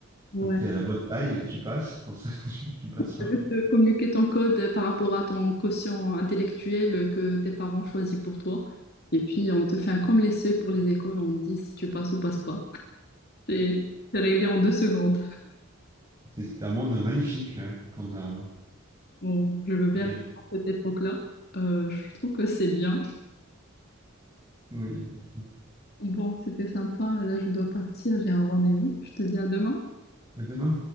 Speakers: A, on the left; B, on the right.
A: Ouais.
B: Donc tu es à la bonne taille et tu passes. Sans ça, <laughs> tu, tu passes pas.
A: T'as vu communiquer ton code euh, par rapport à ton quotient intellectuel euh, que tes parents choisissent pour toi. Et puis, on te fait un comme les seuils pour les écoles, on te dit si tu passes ou passes pas. <laughs> C'est c'est réglé en deux secondes.
B: C'est un monde magnifique là, qu'on a
A: Bon, je veux bien
B: imaginé.
A: aller à cette époque-là. Euh, je trouve que c'est bien.
B: Oui.
A: Bon, c'était sympa. Là, je dois partir. J'ai un rendez-vous. Je te dis à demain.
B: À demain.